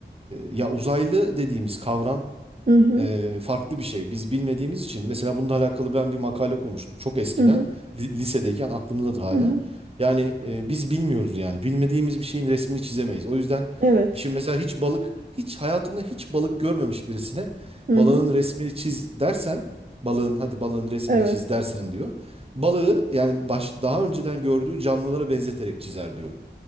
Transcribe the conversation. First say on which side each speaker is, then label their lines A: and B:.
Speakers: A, on the right; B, on the right.
A: ya uzaylı dediğimiz kavram
B: Hı hı,
A: e, farklı bir şey. Biz bilmediğimiz için mesela bununla alakalı ben bir makale okumuştum çok eskiden
B: hı hı,
A: li- lisedeyken aklımdadır hala.
B: hı hı.
A: Yani e, biz bilmiyoruz yani bilmediğimiz bir şeyin resmini çizemeyiz. O yüzden
B: Evet.
A: şimdi mesela hiç balık hiç hayatında hiç balık görmemiş birisine
B: Hı
A: balığın
B: hı.
A: resmini çiz dersen balığın hadi balığın resmini
B: Evet.
A: çiz dersen diyor. Balığı yani baş, daha önceden gördüğü canlılara benzeterek çizer diyor.